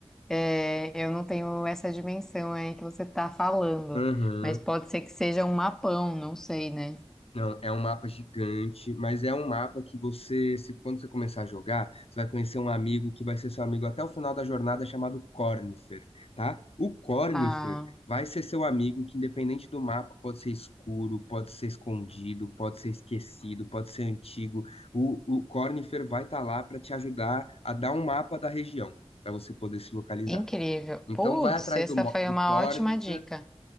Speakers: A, in the centre; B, on the left.
A: é, eu não tenho essa dimensão aí que você tá falando.
B: Uhum.
A: Mas pode ser que seja um mapão, não sei, né?
B: Não, é um mapa gigante, mas é um mapa que você, se quando você começar a jogar, você vai conhecer um amigo que vai ser seu amigo até o final da jornada, chamado Cornifer, tá? O Cornifer
A: Ah,
B: vai ser seu amigo que, independente do mapa, pode ser escuro, pode ser escondido, pode ser esquecido, pode ser antigo. O, o Cornifer vai estar lá para te ajudar a dar um mapa da região, para você poder se localizar.
A: incrível.
B: Então,
A: Putz,
B: vai atrás
A: essa
B: do, mo-
A: foi
B: do
A: uma
B: Cornifer.
A: ótima dica.